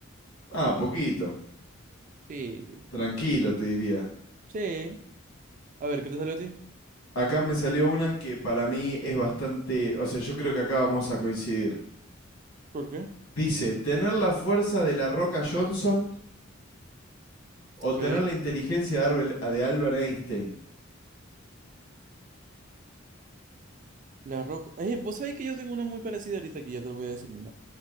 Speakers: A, on the left; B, on the right.
A: Ah, poquito.
B: Sí, sí.
A: Tranquilo, te diría.
B: Sí. A ver, ¿qué te salió a ti?
A: Acá me salió una que para mí es bastante... O sea, yo creo que acá vamos a coincidir.
B: ¿Por qué?
A: Dice, ¿tener la fuerza de la Roca Johnson o
B: Ok.
A: tener la inteligencia de Arbel- de Albert Einstein?
B: La roca. Eh, vos sabés que yo tengo una muy parecida ahorita aquí, ya te lo voy a decir, mira.